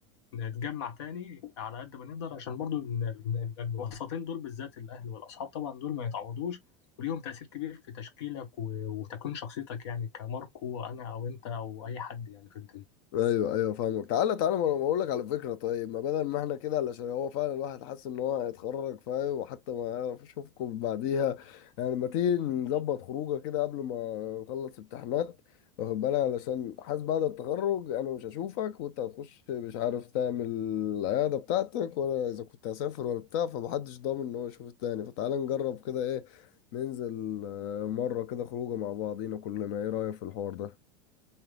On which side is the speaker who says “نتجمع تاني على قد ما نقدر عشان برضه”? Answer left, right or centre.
Left